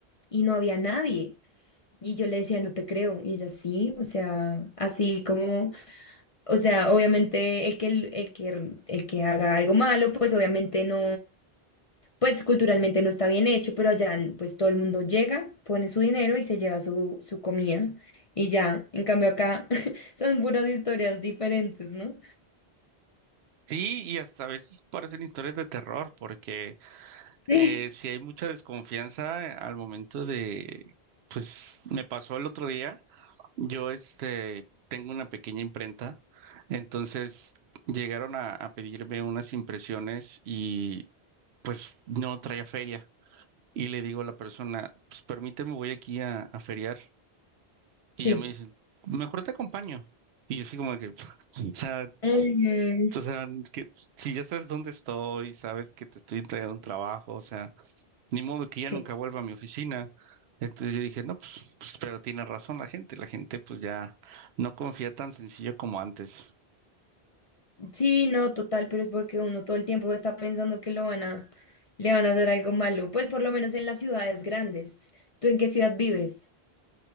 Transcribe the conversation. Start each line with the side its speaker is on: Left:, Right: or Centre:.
Left: Y no había nadie. Y yo le decía, no te creo. Y ella sí, o sea, así como o sea, obviamente el que, el que, el que haga algo malo, pues obviamente no, pues culturalmente no está bien hecho, pero allá pues todo el mundo llega, pone su dinero y se lleva su, su comida y ya. En cambio acá <laughs> son puras historias diferentes, ¿no?
Right: Sí, y hasta a veces parecen historias de terror, porque
Left: <laughs>
Right: eh, si hay mucha desconfianza eh, al momento de, pues me pasó el otro día, yo este tengo una pequeña imprenta, entonces llegaron a, a pedirme unas impresiones y pues no traía feria. Y le digo a la persona, pues permíteme, voy aquí a, a feriar. Y
Left: Sí.
Right: ella
Left: Sí.
Right: me dice, mejor te acompaño. Y yo así como que, <laughs> o sea,
Left: Mm,
Right: o sea, que si ya sabes dónde estoy, sabes que te estoy entregando un trabajo, o sea, ni modo que ya
Left: sí.
Right: nunca vuelva a mi oficina. Entonces yo dije, no, pues, pues, pero tiene razón la gente, la gente pues ya no confía tan sencillo como antes.
Left: Sí, no, total, pero es porque uno todo el tiempo está pensando que lo van a, le van a hacer algo malo, pues por lo menos en las ciudades grandes. ¿Tú en qué ciudad vives?